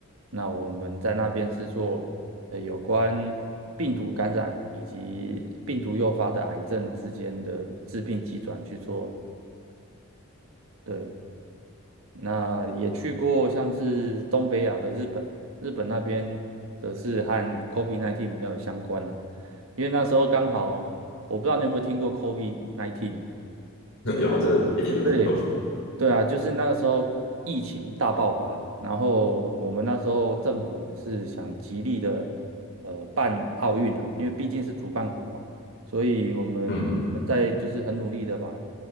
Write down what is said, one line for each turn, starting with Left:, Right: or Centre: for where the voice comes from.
Right: 那我们在那边是做呃有关病毒感染以及病毒诱发的癌症之间的致病机转去做。对，那也去过像是东北亚的日本，日本那边则是和 COVID-19 比较有相关了，因为那时候刚好我不知道你有没有听过 COVID-19，
Left: <laughs> 有啊，这一定都会听过。
Right: 对，对啊，就是那个时候疫情大爆发，然后我们那时候政府也是想极力的呃办奥运啊，因为毕竟是主办国嘛，所以我们在就是很努力的把
Left: 嗯，